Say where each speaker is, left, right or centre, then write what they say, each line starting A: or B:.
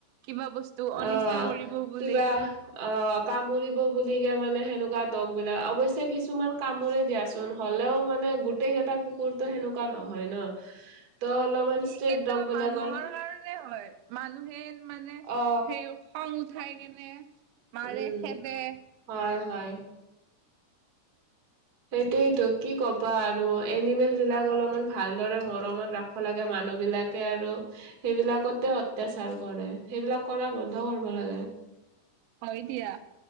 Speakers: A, on the right (about 85°); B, on the right (about 50°).
A: কিবা বস্তু
B: আহ
A: অনিষ্ট কৰিব বুলি।
B: কিবা অ কামুৰিব বুলি কে মানে সেনেকুৱা দগবিলাক অৱশ্যে কিছুমান কামোৰে দিয়াচোন হ'লেও মানে গোটেই প্ৰতেক এটা কুকুৰতো সেনেকুৱা নহয় ন ত অলপমান,
A: এইকেইটা
B: ষ্ট্ৰেট ডগ বিলাকৰ
A: মানুহৰে হয়। মানুহে মানে
B: অ
A: সেই খং উঠাই কেনে। মাৰে
B: উম
A: খেদে
B: হয় হয়। সেইটোয়েতো কি ক'বা আৰু এনিমেল বিলাক অলপমান, ভালদৰে মৰমত ৰাখিব লাগে মানুহবিলাকে আৰু সেইবিলাকতে অত্যাচাৰ কৰে সেইবিলাক কৰা বন্ধ কৰিব লাগে।
A: হয় দিয়া।